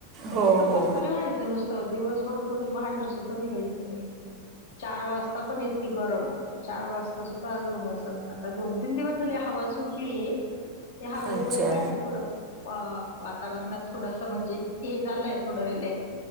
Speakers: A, on the left; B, on the right.
A: तर
B: हो
A: इतं
B: हो
A: कस्तरी व्हायचं नुसतं दिवसभर कोणी बाहेर सुद्धा निघायच चार वाजता पण इतकी गरम चार वाजता सुद्धा अजून ऊन असेलं आता दोन तीन दिवस झाले हवा सुटलीय ते हवे
B: अच्छा
A: गोळे काय थोडं अ वातावरणात थोडस म्हणजे हे झालंय थोडं रिलॅक्स